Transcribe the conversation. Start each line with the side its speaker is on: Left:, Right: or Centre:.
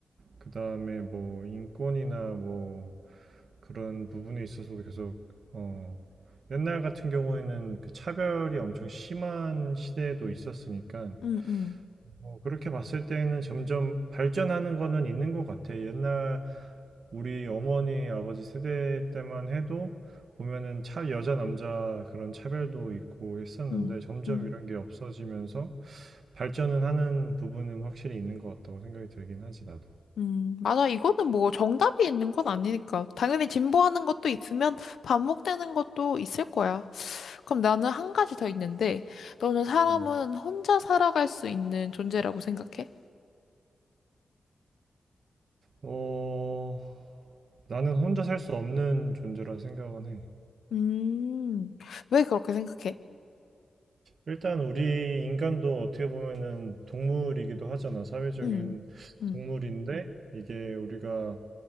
Right: 그 다음에 뭐, 인권이나 뭐, 그런 부분에 있어서도 계속, 어, 옛날 같은 경우에는 그 차별이 엄청 심한 시대도 있었으니까,
Left: 음, 음,
Right: 뭐 그렇게 봤을 때는 점점 발전하는 거는 있는 것 같아. 옛날 우리 어머니, 아버지 세대 때만 해도 보면은 차, 여자, 남자 그런 차별도 있고 했었는데
Left: 음,
Right: 점점
Left: 음,
Right: 이런 게 없어지면서 발전은 하는 부분은 확실히 있는 것 같다고 생각이 들긴 하지, 나도.
Left: 음. 맞아. 이거는 뭐 정답이 있는 건 아니니까. 당연히 진보하는 것도 있으면 반복되는 것도 있을 거야. 그럼 나는 한 가지 더 있는데, 너는 사람은
Right: 음.
Left: 혼자 살아갈 수 있는 존재라고 생각해?
Right: 어, 나는 혼자 살 수 없는 존재라 생각은 해.
Left: 음, 왜 그렇게 생각해?
Right: 일단 우리 인간도 어떻게 보면은 동물이기도 하잖아. 사회적인
Left: 음, 음,
Right: 동물인데 이게 우리가